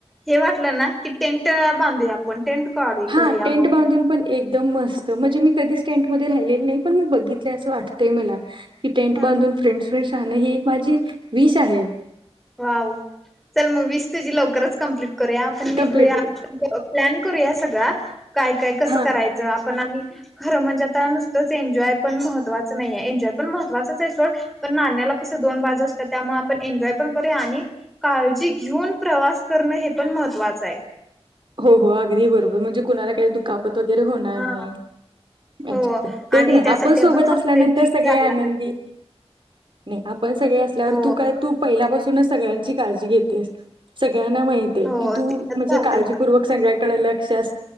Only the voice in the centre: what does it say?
हे वाटलं ना की टेंट बांधूया आपण. काढू
करूया
मग
ह
वाव! च मग विश तुझी लवकरच कम्प्लीट करूया. आपण निघूया,
प्लॅन करूया. तू सगळं काय काय, कसं
करायचं? पण खरं म्हणजे आता नुसतंच एन्जॉय महत्त्वाचं नाही, एन्जॉय पण महत्त्वाचंच आहे. नाण्याला दोन बाजू असतात. त्यामुळे आपण एन्जॉय... आणि काळजी घेऊन प्रवास करणं हे पण महत्त्वाचं आहे.
हा
हो
आणि
त्यासाठी
फर्स्ट
एड किट
घ्यायला
पाहिजे
हो
हो
ते तर झालंच